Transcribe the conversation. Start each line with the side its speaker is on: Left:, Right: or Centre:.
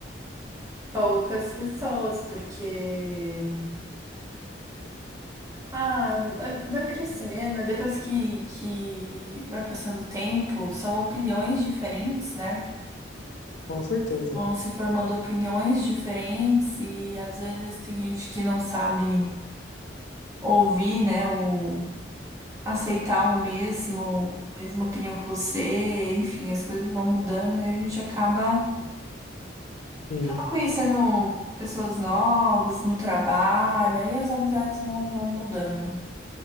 Right: Poucas pessoas, porque ah, vai crescendo, depois que que vai passando o tempo, são opiniões diferentes, né?
Left: Com certeza.
Right: Vão se formando opiniões diferentes e às vezes tem gente que não sabe ouvir, né, o aceitar o mesmo, mesma opinião que você, enfim, as coisas vão mudando e a gente acaba,
Left: Sim,
Right: acaba conhecendo pessoas novas no trabalho, aí as amizades vão, vão mudando.